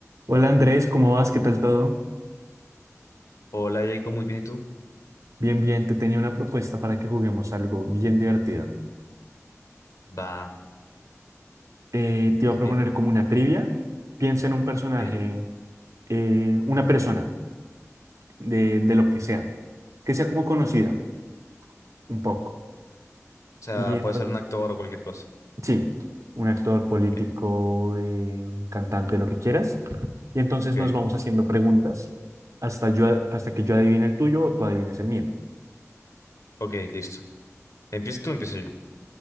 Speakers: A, on the right; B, on the left.
A: Hola Andrés, ¿cómo vas? ¿Qué tal todo?
B: Hola Jacob, muy bien, ¿y tú?
A: Bien, bien, te tenía una propuesta para que juguemos algo bien divertido.
B: Va,
A: Eh, te iba
B: qué
A: a proponer
B: bien,
A: como una trivia. Piensa en un personaje,
B: ok. O
A: eh, una persona, de, de lo que sea, que sea como conocida, un poco.
B: sea,
A: Y entonces,
B: puede ser un actor o cualquier cosa.
A: sí, un actor político,
B: Ok,
A: eh, cantante, lo que quieras. Y entonces
B: ok,
A: nos vamos haciendo preguntas hasta, yo, a- hasta que yo adivine el tuyo o tú adivines el mío.
B: ok, listo. ¿Empiezas tú o empiezo yo?